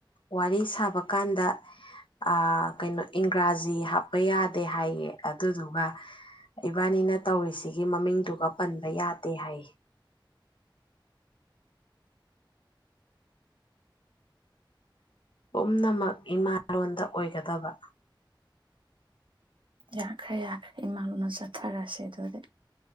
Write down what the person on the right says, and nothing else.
ꯌꯥꯈ꯭ꯔꯦ ꯌꯥꯈ꯭ꯔꯦ ꯏꯃꯥ ꯂ‌ꯣꯅ ꯆꯠꯊꯔꯁꯦ ꯑꯗꯨꯗꯤ